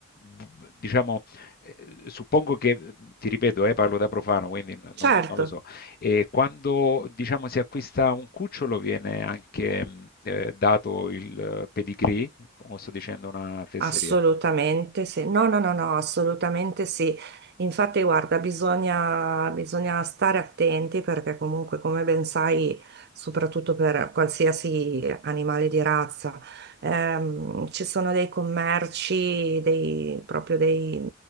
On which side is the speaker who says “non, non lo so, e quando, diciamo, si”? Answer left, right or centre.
Left